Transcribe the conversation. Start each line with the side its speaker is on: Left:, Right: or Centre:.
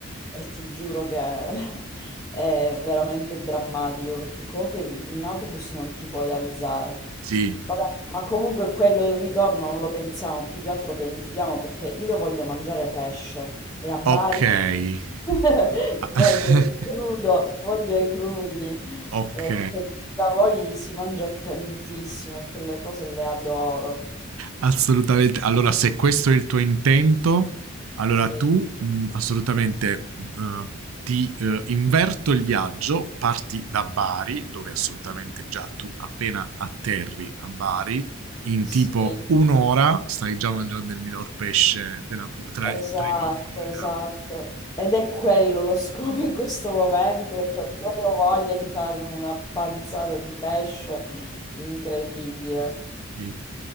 Left: e ti giuro che <laughs> è veramente drammatico perché comunque in, in autobus non ti puoi alzare,
Right: Sì.
Left: Vabbè, ma comunque quello il ritorno non lo pensiamo, più che altro pianifichiamo perché io voglio mangiare pesce e a Bari
Right: Ok. <laughs>
Left: <laughs>
Right: Ah.
Left: voglio il crudo, voglio i crudi.
Right: ok.
Left: eh, che da voi si mangia tantissimo, quelle cose le adoro.
Right: Assolutamente. Allora, se questo è il tuo intento, allora
Left: Sì,
Right: tu mh, assolutamente mh, ti eh, inverto il viaggio, parti da Bari, dove assolutamente già tu appena atterri a Bari, in
Left: sì,
Right: tipo un'ora stai già mangiando il miglior pesce della Puglia, tra,
Left: esatto,
Right: tra i migliori
Left: esatto.
Right: della Puglia.
Left: Ed è quello lo scopo in questo momento, ho proprio voglia di farmi una panzata di pesce incredibile.
Right: <laughs>